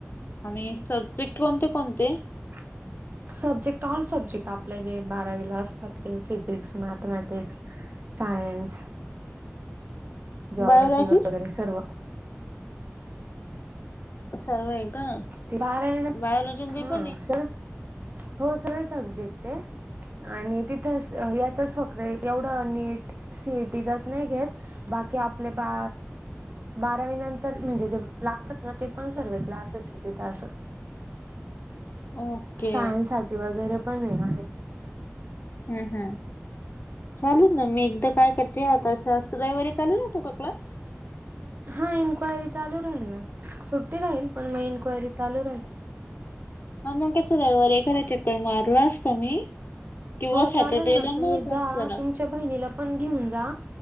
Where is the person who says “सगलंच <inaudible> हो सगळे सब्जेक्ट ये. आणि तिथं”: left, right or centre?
Right